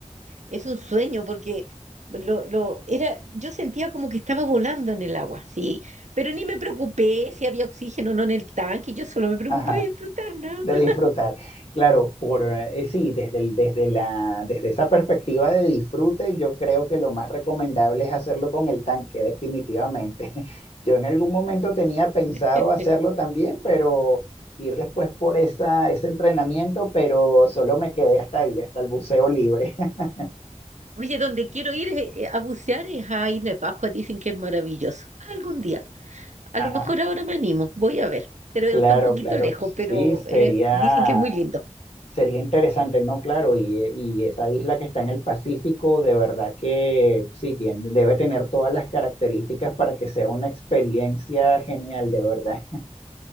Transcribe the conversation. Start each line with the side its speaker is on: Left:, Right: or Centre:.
Right: Es un sueño porque lo, lo era, yo sentía como que estaba volando en el agua, sí, pero ni me preocupé si había oxígeno o no en el tanque, yo solo me preocupé
Left: Ajá.
Right: de disfrutar nada
Left: De
Right: más.
Left: disfrutar. Claro, por eh, sí, desde el- desde la, desde esa perspectiva de disfrute, yo creo que lo más recomendable es hacerlo con el tanque, definitivamente. <laughs> Yo en algún momento tenía pensado
Right: <laughs>
Left: hacerlo también, pero ir después por esa, ese entrenamiento, pero solo me quedé hasta ahí, hasta el buceo libre. <laughs>
Right: Oye, donde quiero ir es- eh, a bucear es a Isla de Pascua, dicen que es maravilloso. Algún día, a
Left: Ah,
Right: lo mejor ahora me animo, voy a ver, pero
Left: claro,
Right: está un poquito
Left: claro.
Right: lejos,
Left: Sí,
Right: pero
Left: sería.
Right: eh, dicen que es muy lindo,
Left: Sería interesante, ¿no? Claro, y, eh, y esa isla que está en el Pacífico, de verdad que sí, tiene, debe tener todas las características para que sea una experiencia genial, de verdad. <laughs>